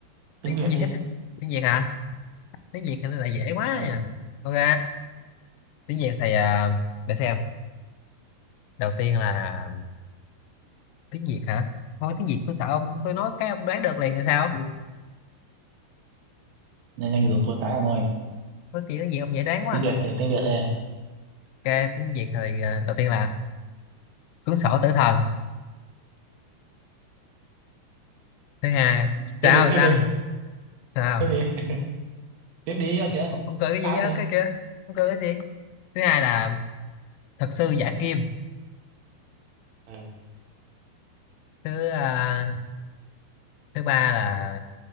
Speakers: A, on the right; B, on the left.
A: tiếng
B: tiếng
A: Việt
B: tiếng gì
A: đi
B: hết tiếng Việt hả tiếng Việt thì nó lại dễ quá
A: ờ
B: nha ok tiếng Việt thì à, để xem đầu tiên là tiếng Việt hả thôi tiếng Việt tôi sợ ông tôi nói cái ông đoán được liền là sao
A: nhanh nhanh dùng tôi cái ông ơi
B: nói chuyện tiếng Việt ông dễ đoán quá
A: tiếng Việt thì tiếng Việt đây
B: ok tiếng Việt thì ờ, đầu tiên là cuốn sổ tử thần thứ hai sao
A: tiếp đi tiếp
B: sao
A: đi
B: sao
A: tiếp đi <laughs> tiếp đi ơ kìa
B: ông, ông cười cái gì
A: sao
B: á
A: cái gì
B: cái kia ông cười cái gì thứ hai là thật sư giả kim
A: ừ.
B: thứ ờ, thứ ba là